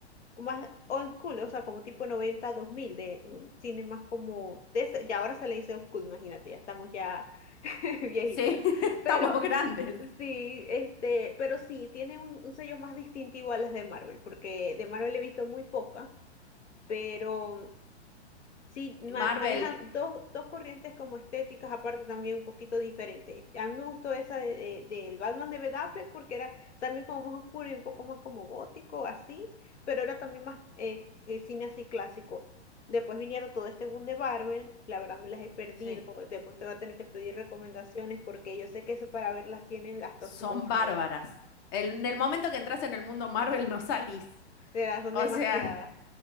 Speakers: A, on the left; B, on the left.
A: más old school, o sea, como tipo noventa dos mil de un cine más como, de ese- ya ahora se le dice old school, imagínate, ya estamos ya <laughs> viejitas.
B: sí, <laughs> estamos
A: Pero
B: grandes.
A: sí, este, pero sí, tiene un, un sello más distintivo a las de Marvel, porque de Marvel he visto muy poca, pero Sí, ma-
B: Marvel,
A: manejan dos, dos corrientes como estéticas, aparte también un poquito diferentes. A mí me gustó esa de, de- del Batman de Ben Affleck porque era también como más oscuro y un poco más como gótico, así, pero era también más eh, que cine así clásico. Después vinieron todo este boom de Marvel, la verdad me las he perdido,
B: sí,
A: después te voy a tener que pedir recomendaciones porque yo sé que eso para verlas tiene hasta
B: son
A: su orden,
B: bárbaras. El- en el momento que entras en el mundo Marvel no salís,
A: De sea, son
B: o
A: demasiadas.
B: sea...